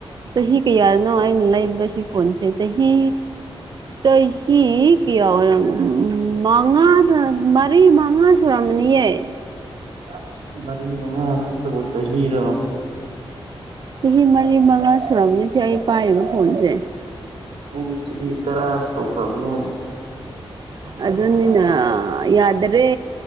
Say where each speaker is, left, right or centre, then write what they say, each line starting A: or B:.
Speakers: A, on the right (about 45°); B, on the right (about 85°).
A: ꯆꯍꯤ ꯀꯌꯥꯅꯣ ꯑꯩꯅ ꯂꯩꯕꯗ ꯁꯤ ꯐꯣꯟꯁꯦ ꯆꯍꯤ ꯆꯍꯤ ꯍ ꯀ ꯎ ꯃꯉꯥ ꯃꯔꯤ ꯃꯉꯥ ꯁꯨꯔꯝꯃꯅꯤꯌꯦ
B: ꯑꯁ ꯃꯔꯤ ꯃꯉꯥ ꯈꯛꯇꯕꯨ ꯆꯍꯤꯔꯣ
A: ꯆꯍꯤ ꯃꯔꯤ ꯃꯉꯥ ꯁꯨꯔꯔꯕꯅꯤꯁꯦ ꯑꯩ ꯄꯥꯏꯔꯤꯕ ꯐꯣꯟꯁꯦ
B: ꯆꯍꯤ ꯆꯍꯤ ꯇꯔ ꯁꯣ ꯀꯕꯅꯤ
A: ꯑꯗꯨꯅꯤꯅ ꯌꯥꯗꯔꯦ